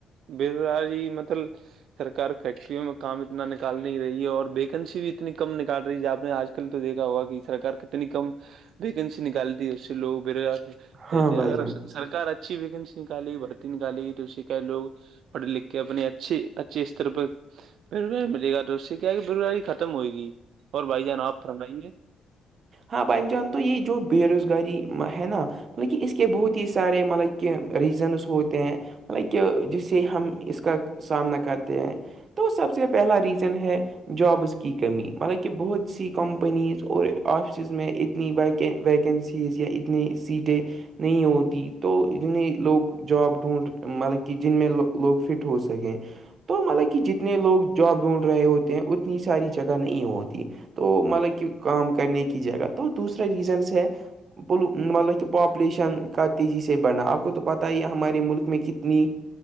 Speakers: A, on the right (about 75°); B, on the right (about 50°).
A: بےزاری مطلب سرکار فیکٹریوں میں کام اتنا نکال نہیں رہی ہے اور ویکنسی بھی اتنی کم نکال رہی ہے ج آپ نے آج تو دیکھا ہوگا کہ سرار کتنی کم ویکینسی نکالتی ہے اس سے لوگ بوزگار کہتے
B: ہاں
A: ہیں
B: بھائی
A: اگر
B: جان
A: سرار اچھی ویکینسی نکالے گی بھرتی نکالے گی تو اسی کہ لوگ پڑھ لکھ کے اپنی اچھی اچھے استر پر ف ملے گا تو اس سے کیا کہ فبرری ختم ہوئے گی اور بھائی جان آپ فرمائیں گے
B: ہاں بھائین جان تو یہ جو بے روزگاری ہے نا مطلب کہ اس کے بہت ہی سارے مطلب کہ ریزنس ہوتے ہیں ہالائک جس سے ہم اس کا سامنا کرتے ہیں تو سب سے پہلا ریزن ہے جابس کی کمی مطلب کہ بہت سی کمپنیز اور آفسز میں اتنی و ویکینسیز یا اتنی سیٹیں نہیں ہوتی تو جتیں لوگ جاب ڈھونڈ مطلب کہ جن میں لوگ فٹ ہو سکیں تو مطلب کہ جتنے لوگ جاب ڈھونڈ رہے ہوتے ہیں اتنی ساری جگہ نہیں ہوتی تو مطلب کہ کام کرنے کی جگہ تو دوسرے ریزنس ہے مطلب کہ پاپولیشن کا تیزی سے بڑھا آپ کو تو پتہ ہی ہے ہمارے ملک میں کتنی